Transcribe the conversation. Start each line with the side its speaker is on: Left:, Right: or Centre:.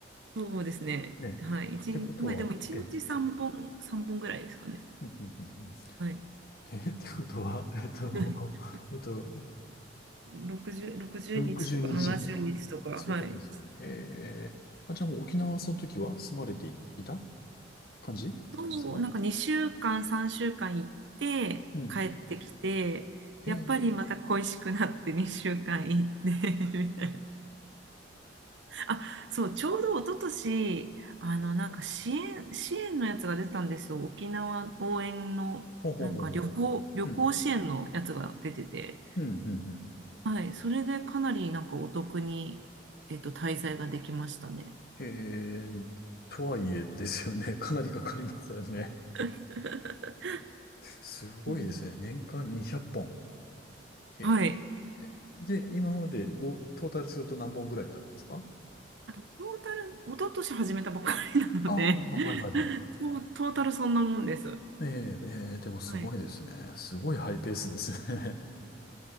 Right: そうですね。
Left: ええ、ってことは、
Right: はい。一日、まあ、でも1日3本、
Left: ええ、
Right: 3本ぐらいですかね。
Left: うんうんうんうん
Right: はい。
Left: え、ってことは、えっと、
Right: <laughs>
Left: えっと、
Right: 60、60日とか70日とか、
Left: 62日とか、そういうことですよね。
Right: はい。
Left: へえ。あ、じゃあもう沖縄はその時は住まれていいた感じですか
Right: そう、なんか2週間、3週間行って帰ってきて、
Left: うん。
Right: やっぱりまた恋しくなって2週間行って
Left: へえ。
Right: <laughs> みたいな。あ、そう、ちょうど一昨年、あの、なんか支援、支援のやつが出たんですよ。沖縄応援の、
Left: ほうほうほうほうほう。
Right: なんか旅行、旅行支援のやつが出てて。
Left: うん。うん、うん、うん。
Right: はい、それでかなりなんかお得に、えっと、滞在ができましたね。
Left: へえ。とはいえですよね。<laughs> かなりかかりますよね。
Right: <laughs>
Left: すごいですね。
Right: うん
Left: 年間200本。へ
Right: はい。
Left: え。で、今までごトータルすると何本ぐらいになるんですか
Right: トータル、一昨年始めたばっかりなので、
Left: ああ、はいはいはい。
Right: そうトータルそんなもんです。
Left: ええ、ええ、でもすごいですね。
Right: はい。
Left: すごいハイペースですね。